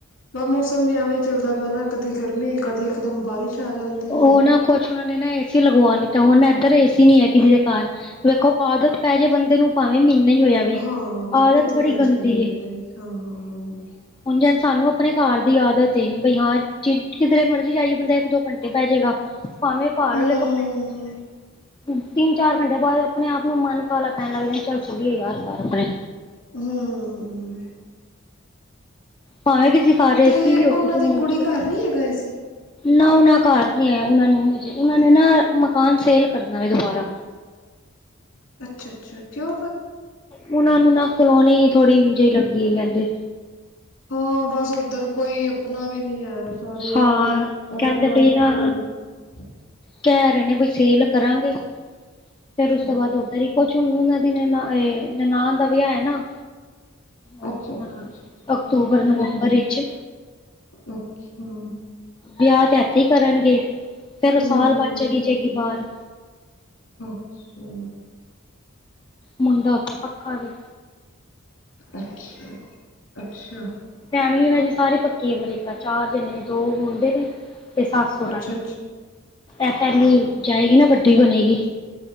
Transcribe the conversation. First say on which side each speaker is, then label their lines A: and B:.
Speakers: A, on the left; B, on the left.
A: ਮੌਸਮ ਵੀ ਐਵੇਂ ਚੱਲਦਾ ਪਿਆ ਕਦੀ ਗਰਮੀ ਕਦੀ ਇਕਦਮ ਬਾਰਿਸ਼ ਆ ਜਾਂਦੀ
B: ਉਹ
A: ਏ
B: ਨਾ ਕੁਛ ਉਹਨਾਂ ਨੇ ਨਾ ਏਸੀ ਲਗਵਾ ਲਿੱਤਾ ਹੁਣ ਨਾ ਇੱਧਰ ਏਸੀ ਨੀ ਹੈ ਕਿਸੇ ਦੇ ਘਰ ਵੇਖੋ ਆਦਤ ਪੈ ਜੇ ਬੰਦੇ ਨੂੰ ਭਾਵੇਂ ਮਹੀਨਾ ਹੀ ਹੋਇਆ ਵੇ,
A: ਹਾਂ
B: ਆਦਤ
A: ਉਹ ਤੇ
B: ਬੜੀ
A: ਗੱਲ
B: ਗੰਦੀ
A: ਸਹੀ
B: ਏ
A: ਹੈ ਭਾਈ ਹਾਂ ਹਾਂ ਹਾਂ
B: ਹੁਣ ਸਾਨੂੰ ਆਪਣੇ ਘਰ ਦੀ ਆਦਤ ਏ ਬਈ ਹਾਂ ਚ ਕਿਧਰੇ ਮਰਜ਼ੀ ਜਾਈਏ ਬੰਦੇ ਦੋ ਘੰਟੇ ਪੈ ਜਾਏਗਾ, ਭਾਵੇਂ ਘਰ ਵਾਲੇ
A: ਹਾਂ
B: ਕੱਪੜਿਆਂ
A: ਹਮ
B: ਚਲੇ ਜਾਉ ਤਿੰਨ ਚਾਰ ਘੰਟੇ ਬਾਅਦ ਆਪਣੇ ਆਪ ਨੂੰ ਮਨ ਕਾਲਾ ਪੈਣ ਲੱਗ ਜਾਂ ਚੱਲ ਚੱਲੀਏ ਯਾਰ ਘਰ ਆਪਣੇ
A: ਹੂੰ, ਹੂੰ, ਹੂੰ
B: ਭਾਵੇਂ ਕਿ ਸੀਖਾ ਰਹੇ
A: ਤੇ
B: ਸੀ ਵੀ ਹੋਵੇ
A: ਉਹਨਾਂ
B: ਜੋ
A: ਦੀ
B: ਮਰਜੀ
A: ਕੁੜੀ ਘਰ ਨੀ ਹੈਗਾ ਸੀ
B: ਨਾ ਉਹਨਾਂ ਘਰ ਨੀ ਆ ਉਹਨਾਂ ਨੇ ਨਾ ਮਕਾਨ ਸੇਲ ਕਰਨਾ ਵ ਦੁਬਾਰਾ
A: ਅੱਛਾ ਅੱਛਾ ਕਿਉਂ
B: ਉਹਨਾਂ ਨੂੰ ਨਾ ਕਲੋਨੀ ਥੋੜੀ ਇੰਝ ਲੱਗੀ ਕਹਿੰਦੇ
A: ਹਾਂ ਬਸ ਉਧਰ ਕੋਈ ਆਪਣਾ ਵੀ ਨਹੀਂ ਹੈ ਸਾਰੇ
B: ਹਾਂ
A: ਉੱਧਰ ਓਥਰਕੈਸਤੇ
B: ਕਹਿੰਦੇ ਬਈ ਨਾ
A: ਦੇ ਹਿ ਨੇ
B: ਕਹਿ ਰਹੇ ਨੇ ਬਈ ਸੇਲ ਕਰਾਂਗੇ ਫੇਰ ਉਸ ਤੋਂ
A: ਅੱਛਾ
B: ਬਾਅਦ ਹੋ
A: ਅੱਛਾ
B: ਤਾਂਰੀ ਕੁ ਝੁਨੂਨਾਂ ਦੀ ਨ ਨਨਾਾਨ ਦਾ ਵਿਆਹ ਹੈ ਨਾ ਉਹਣਾ
A: ਅੱਛਾ ਅੱਛਾ ਅੱਛਾ
B: ਅਕਤੂਬਰ
A: ਹਾਂਜੀ
B: ਨਵੰਬਰ
A: ਹਾਂਜੀ
B: ਵਿੱਚ
A: ਅੱਛਾ
B: ਵਿਆਹ ਤੇ ਇੱਥੇ ਹੀ ਕਰਨਗੇ ਫੇਰ ਉਹ
A: ਹਮ
B: ਸਾਲ ਬਾਅਦ ਚਲੀ ਜਾਏਗੀ ਬਾਹਰ
A: ਅੱਛਾ
B: ਮੁੰਡਾ ਉੱਥੇ ਪੱਕਾ ਵੀ
A: ਅੱਛਾ ਅੱਛਾ
B: ਫੈਮਲੀ ਏਨਾ ਦੀ ਸਾਰੀ ਪੱਕੀ ਅਮਰੀਕਾ ਚਾਰ ਜਣੇ ਨੇ ਦੋ ਮੁੰਡੇ ਨੇ ਤੇ ਸੱਸ ਸੋਹਰਾ
A: ਅੱਛਾ
B: ਨੇ
A: ਅੱਛਾ
B: ਇਹ ਪਹਿਲੀ ਜਾਏਗੀ ਨਾ ਵੱਡੀ ਬਣੇਗੀ